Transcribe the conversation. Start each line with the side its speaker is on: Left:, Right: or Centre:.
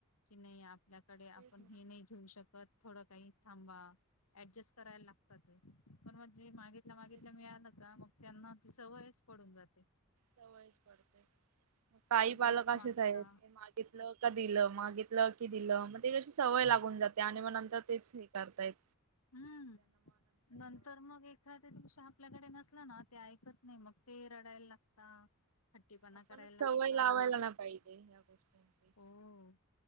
Left: की नाही आप आपल्याकडे आपण
Right: तेच ना
Left: हे नाही घेऊ शकत थोडं काही थांबा ऍडजस्ट करायला लागतात ते पण मग जे माग मागितलं
Right: तेच
Left: मिळालं का मग त्यांना ती सवयच पडून जाते
Right: सवयच पडते. काही
Left: एक गोष्ट
Right: पालक असेच
Left: मागता
Right: आहेत ते मागितलं का दिलं मागितलं की दिलं म्ह ते कशी सवय लागून जाते आणि मग नंतर तेच हे करताहेत
Left: हम्म नंतर मग एखाद्या दिवस आपल्याकडे नसल ना ते ऐकत नाही मग ते रडायला लागता हट्टीपणा
Right: आपणच
Left: करायला लागता.
Right: सवय लावायला ना पाहिजे ह्या गोष्टींची
Left: हो.